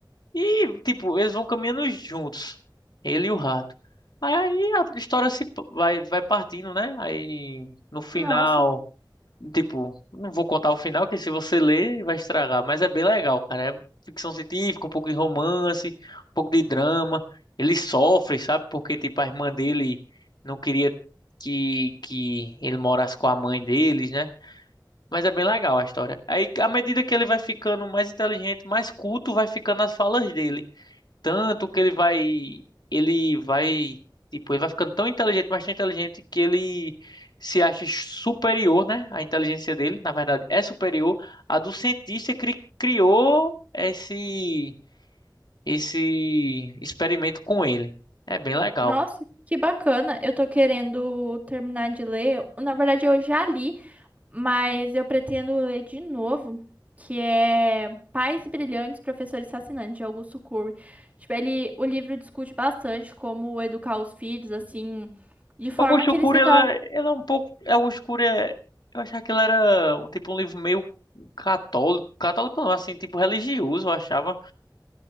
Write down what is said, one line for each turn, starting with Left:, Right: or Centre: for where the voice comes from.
Left: e, tipo, eles vão caminhando juntos, ele e o rato. Aí, aí a história se p- vai, vai partindo, né? Aí, no final.
Right: Nossa,
Left: Tipo, não vou contar o final, que se você ler vai estragar, mas é bem legal, cara. É ficção científica, um pouco de romance, um pouco de drama. Ele sofre, sabe? Porque, tipo, a irmã dele não queria que, que ele morasse com a mãe deles, né? Mas é bem legal a história. Aí, à medida que ele vai ficando mais inteligente, mais culto, vai ficando as falas dele tanto que ele vai, ele vai, tipo, ele vai ficando tão inteligente, mas tão inteligente que ele se acha superior, né? A inteligência dele, na verdade, é superior à do cientista que cri- criou esse esse experimento com ele. É bem legal.
Right: nossa, que bacana. Eu tô querendo terminar de ler. Na verdade, eu já li, mas eu pretendo ler de novo. Que é Pais Brilhantes, Professores Fascinantes, de Augusto Cury. Tipo, ele, o livro discute bastante como educar os filhos, assim, de forma
Left: Augusto
Right: que eles
Left: Cury,
Right: se
Left: ela
Right: tornem.
Left: ela é um pouco, Augusto Cury é, eu achava que ele era um tipo um livro meio católico, católico não, assim, tipo religioso, eu achava.